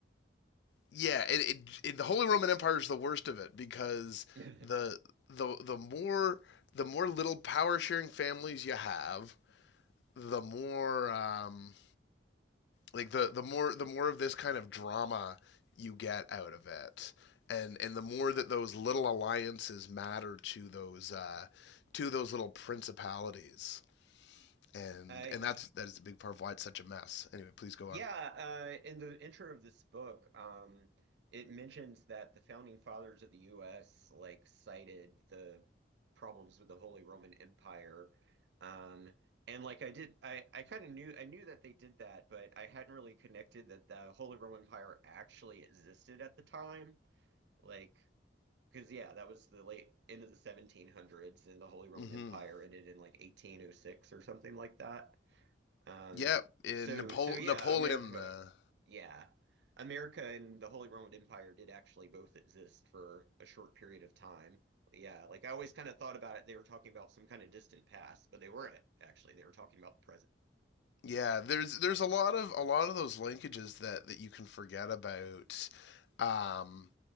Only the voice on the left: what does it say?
yeah it, it, it the Holy Roman Empire is the worst of it because
the the the more the more little power sharing families you have the more um, like the the more the more of this kind of drama you get out of it, and and the more that those little alliances matter to those uh, to those little principalities, and
and that's that is a big part of why it's such a mess. Anyway, please go
on.
Mm-hmm.
Yep, in
Napo-
Napoleon.
Uh,
yeah, there's there's a lot of a lot of those linkages that that you can forget about. Um,